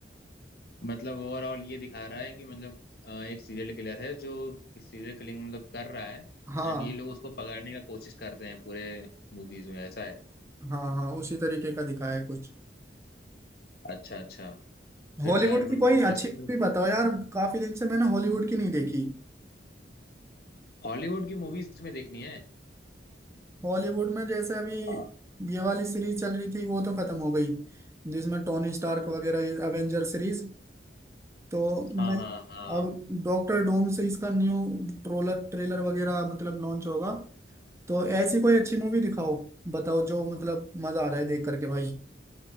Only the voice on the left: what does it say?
मतलब ओवरऑल ये दिखा रहा है कि मतलब अ, एक सीरियल किलर है जो सीरियल किलिंग मतलब कर रहा है
एंड ये लोग उसको पकड़ने का कोशिश करते हैं पूरे मूवीज में ऐसा है
अच्छा अच्छा फिर
तो यार इंटरेस्टिंग
हॉलीवुड की मूवीज तुम्हें देखनी है
हाँ
हाँ
हाँ हाँ